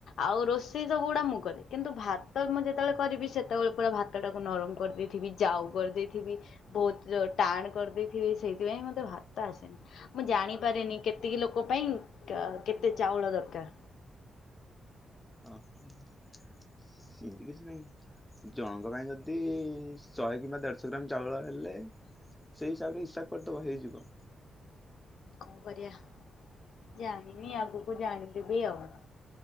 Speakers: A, on the left; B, in the centre.
A: ଆଉ ରୋଷେଇ ସବୁ ଗୁଡା ମୁଁ କରେ କିନ୍ତୁ ଭାତ ମୁଁ ଯେତେବେଳେ କରିବି ସେତେବେଳେ ପୁରା ଭାତ। ଟାକୁ ନରମ କରିଦେଇଥିବି ଯାଉ କରିଦେଇଥିବି ବହୁତ୍ ଟାଣ କରିଦେଇଥିବି ସେଇ। ସେଥିପାଇଁ ମୋତେ ଭାତ ଆସେନି। ମୁଁ ଜାଣିପାରେନି କେତିକି ଲୋକ ପାଇଁ କେତେ ଚାଉଳ ଦରକାର।
B: ଓହୋ ସେମିତି କିଛି ନାହିଁ। ଜଣଙ୍କ ପାଇଁ ଯଦି ଶହେ କିମ୍ବା ଦେଢଶହ ଗ୍ରାମ ଚାଉଳ ହେଲେ। ସେଇ ହିସାବରେ ହିସାବ କରିଦବ ହେଇଯିବ।
A: କଣ କରିବା ଜାଣିନି ଆଗକୁ ଜାଣିଦେବି ଆଉ।